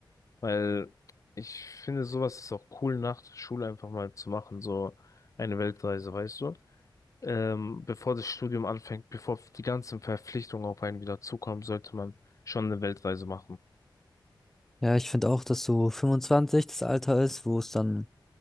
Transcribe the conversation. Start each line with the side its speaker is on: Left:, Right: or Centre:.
Left: weil ich finde, sowas ist auch cool, nach der Schule einfach mal zu machen, so eine Weltreise, weißt du? Ähm, bevor das Studium anfängt, bevor die ganzen Verpflichtungen auf einen wieder zukommen, sollte man schon eine Weltreise machen.
Centre: Ja, ich finde auch, dass so 25 das Alter ist, wo es dann